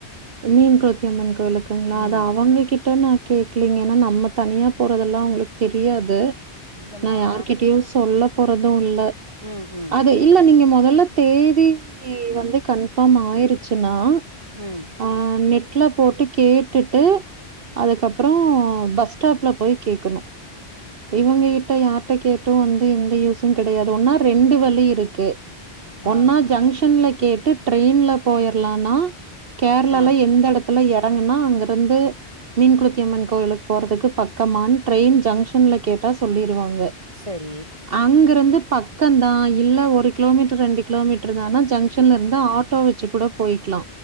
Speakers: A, on the right (about 60°); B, on the right (about 30°).
A: மீன் குளத்தியம்மன் கோயிலுக்ங்களா
B: ம்
A: அது அவுங்க கிட் ட்ட கேக்லீங்க நம்ம தனியா போறதெல்லா அவுங்களுக் தெரியாது
B: இல்லம்மா
A: நா யார்கிட்டயு சொல்ல போறது இல்ல
B: ம் ம்
A: அது இல்ல நீங்க மொ நல்ல தேதி வந்து கன்ஃபார்ம் ஆயிருச்சுனா
B: ம்
A: ஆ நெட்ல போட்டு கேட்டுட்டு அதுக்கப்றோ பஸ் ஸ்டாப்ல போய் கேக்கணு
B: ஆ
A: இவுங்க கிட்ட யார்ட்ட கேட்டு வந்து எந்த யூஸு கெடையாது ஒன்னா ரெண்டு வலி இருக்கு ஒன்னா
B: ஆ
A: ஜங்ஷன்ல கேட்டு ட்ரெயின்ல போயிற்லானா கேரளால
B: ஆ
A: எந்த எடத்துல எறங்குனா அங்கருந்து மீன் குலத்தியம்மன் கோயிலுக்கு போறதுக்கு பக்கமானு ட்ரெயின் ஜங்ஷன்ல கேட்டா சொல்லிருவாங் ங்க
B: சரி
A: அங்கிருந்து பக்கந்தா இல்ல ஒரு கிலோமீட்டர் ரெண்டு கிலோமீட்டர் தானா ஜங்ஷன்ல இருந்து ஆட்டோ வச்சு கூட போயிக்லா